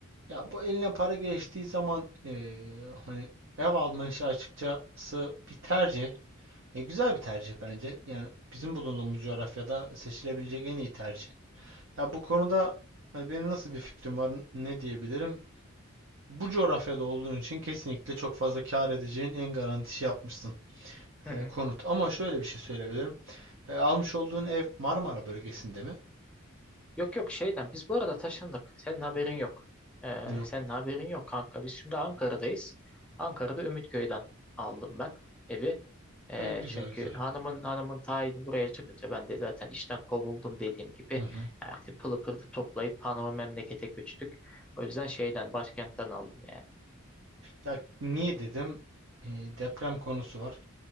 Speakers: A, on the right; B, in the centre.
A: ya bu eline para geçtiği zaman eee, hani ev alma işi açıkçası bir tercih. E, güzel bir tercih bence. Yani bizim bulunduğumuz coğrafyada seçilebilecek en iyi tercih. Ya bu konuda hani benim nasıl bir fikrim var n- ne diyebilirim? Bu coğrafyada olduğun için kesinlikle çok fazla kâr edeceğin en garantisi yapmışsın
B: Hı hı.
A: e, konut. Ama şöyle bir şey söyleyebilirim. E, almış olduğun ev Marmara bölgesinde mi?
B: Yok yok şeyden biz bu arada taşındık. Senin haberin yok. Ee,
A: Yok.
B: senin haberin yok kanka. Biz şimdi Ankara'dayız. Ankara'da Ümitköy'den aldım ben evi. Ee,
A: E, güzel
B: çünkü
A: güzel.
B: hanımın hanımın tayini buraya çıkınca ben de zaten işten kovuldum dediğim gibi
A: Hı hı.
B: artık pılı pırtı toplayıp hanımı memlekete göçtük. O yüzden şeyden başkentten aldım yani.
A: Ya niye dedim? E, deprem konusu var.